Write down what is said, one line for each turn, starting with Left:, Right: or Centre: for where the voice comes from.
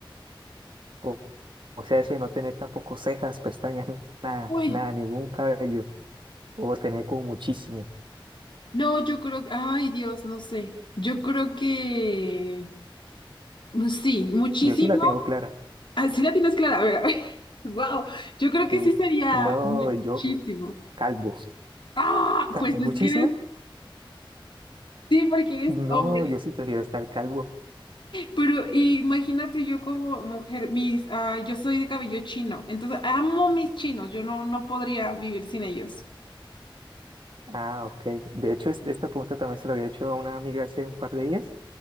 Right: O, o sea, ese no tener tampoco cejas, pestañas, nada,
Left: Uy,
Right: nada, ningún cabello o tener como muchísimo.
Left: no, yo creo que, ay Dios, no sé. Yo creo que Pues Sí, muchísimo.
Right: Yo sí la tengo clara.
Left: Así la tienes clara. A ver, a ver. <laughs> Wow, yo creo que
Right: Sí.
Left: sí sería
Right: No,
Left: muchísimo.
Right: yo calvo.
Left: Ah,
Right: Ca-
Left: pues
Right: ¿Muchísimo?
Left: es que eres, sí, porque eres
Right: No,
Left: hombre.
Right: yo sí prefiero estar calvo.
Left: Pero imagínate yo como mujer, mis, ah, yo soy de cabello chino, entonces amo mis chinos, yo no, no podría vivir sin ellos.
Right: Ah, ok. De hecho, es- esta pregunta también se la había hecho a una amiga hace un par de días